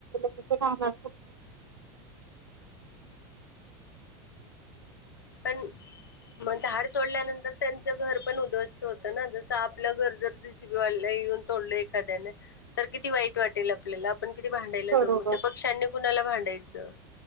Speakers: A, on the right (about 80°); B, on the left (about 65°).
A: ती जाणार...
B: पण... मग झााड तोडल्यानंतर त्यांचं घर पण उद्ध्वस्त होतं ना जस आपलं घर जर रिसिपी वालं.. तोल एखाद्या किती वाईट वाटेल आपल्याला... आपण किती भांडायला
A: बरोबर
B: जाऊ मग त्या पक्ष्यांनी कुणाला भांडायचं..